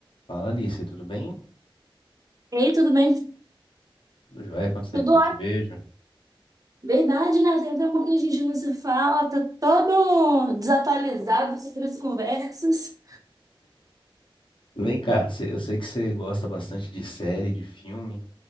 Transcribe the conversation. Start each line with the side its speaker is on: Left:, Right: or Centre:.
Left: Fala Alice, tudo bem?
Right: Ei, tudo bem?
Left: Tudo jóia, quanto tempo
Right: Tudo
Left: que eu
Right: ótimo.
Left: não te vejo?
Right: Verdade, né? Tem tempo que a gente não se fala, tá todo desatualizado sobre as conversas.
Left: Vem cá, cê- eu sei que você gosta bastante de série, de filme.